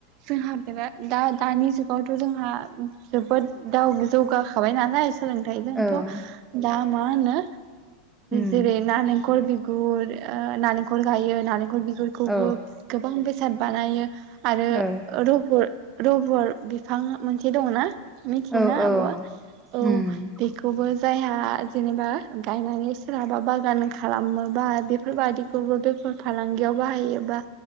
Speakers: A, on the right; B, in the centre.
A: जोंहा बेरा दा दानि जुगावथ जोंहा जोबोद दाव जौगाखाबाय नालाय सोलोंथाइजोंथ
B: औ
A: दा मा होनो
B: उम
A: जेरै नालें खर बिगुर, नालेंखर गायो नालेंखर बि गुर खौबो
B: औ
A: गोबां बे साद बानायो। आरो
B: औ
A: रुबुर रबर बिफां मोनसे दं ना? मिथियोना
B: औ औ
A: आब आ? औ
B: उम
A: बेखौबो जायहा बा जेनेबा गायनानै सोरहाबा बागान खालामोबा बेफोरबायदि खौबो बेफर फालांग याव बाहायो बा